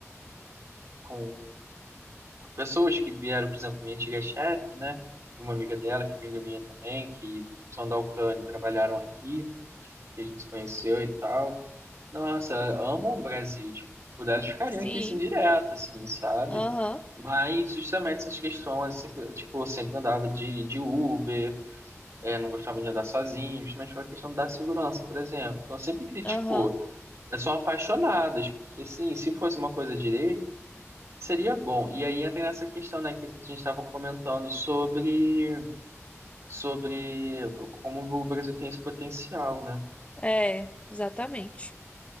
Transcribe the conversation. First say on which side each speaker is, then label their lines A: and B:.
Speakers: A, on the right (about 65°); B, on the left (about 25°).
A: com pessoas que vieram, por exemplo, minha antiga chefe, né? e Uma amiga dela, que é amiga minha também, que são da Ucrânia, e trabalharam aqui, e a gente se conheceu e tal. Nossa, amam o Brasil, tipo, por elas ficariam
B: Sim,
A: aqui assim direto, assim, sabe?
B: aham,
A: Mas justamente essas questões, sempre, tipo, eu sempre andava de, de Uber é, não gostava de andar sozinho, justamente pela questão da segurança, por exemplo. Então sempre criticou.
B: aham.
A: Mas são apaixonadas, porque sim, se fosse uma coisa direita, seria bom. E aí entra nessa questão, né, que a gente estava comentando sobre, sobre como o Brasil tem esse potencial, né?
B: É, exatamente.